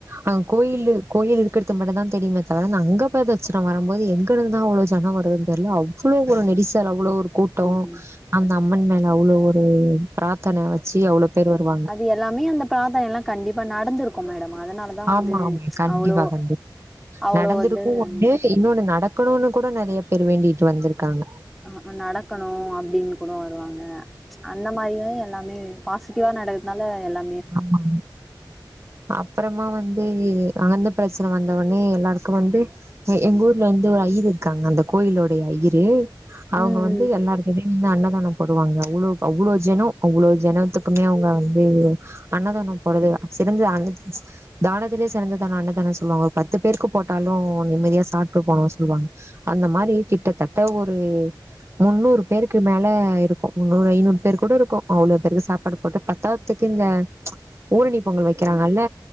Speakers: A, on the right (about 35°); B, in the centre.
A: அங்க கோயில்லு கோயில்ல இருக்கறது மட்டுந்தா தெரியுமே தவிர அங்க பிரச்சனம் வரும்போது எங்க இருந்துதா அவ்வளோ ஜனோ வர து தெரியல அவ்வளவு ஒரு நெரிசல் அவ்வளவு ஒரு கூட்டோ
B: ம்
A: அந்த அம்மன் மேல அவ்வளோ ஒரு பிராத்தன வச்சு அவ்ளோ பேரு வருவாங்க
B: அது எல்லாமே அந்த பிரார்த்தனே எல்லா கண்டிப்பா நடந்திருக்கு மேடம் அதனாலதா
A: ஆமா
B: வந்து
A: ஆமா கண்டிப்பா
B: அவ்ளோ
A: கண்டிப்பா
B: அவ்ளோ
A: நடந்திருக்கு
B: வந்து
A: ஒண்ணு
B: நடக்குது
A: இன்னொன்னு நடக்கணுனு கூட நெறைய பேர் வேண்டிட்டு வந்திருக்காங்க
B: ஆ நடக்கணு அப்படின்னு கூட வருவாங்க ம்ச் அந்த மாரியே எல்லாமே பாசிட்டிவா நடக்கிறதுனால எல்லா
A: ஆமா அப்புறமா வந்து அங்கந்து பிரச்சன வந்தவுனே எல்லாருக்கு வந்து எங்க ஊர்ல வந்து ஒரு ஐயர் இருக்காங்க அந்த கோயிலுடைய ஐயரு அவங்க
B: ம்
A: வந்து
B: ம்
A: எல்லாருக்குமே வந்து அன்னதானோ போடு வாங்க அவ்ளோ அவ்வளோ ஜனோ அவ்வளோ ஜனத்துக்குமே அவங்க வந்து அண்ணதானே போறது சிறந்த அண்ணத் தானத்திலயே சிறந்த தானோ அண்ணதானோனு சொல்லுவாங்க ஒரு பத்து பேருக்கு போட்டாலு நிம்மதியா சாப்ட்டு போணுனு சொல்லுவாங்க அந்த மாரி கிட்டத்தட்ட ஒரு முன்னூறு பேருக்கு மேல இருக்கு முன்னூறு ஐநூறு பேர் கூட இருக்கு அவ்வளோ பேருக்கு சாப்பாடு போட்டு பத்தாததுக்கு இந்த ஊரணி பொங்கல் வைக்கிறாங்கல்ல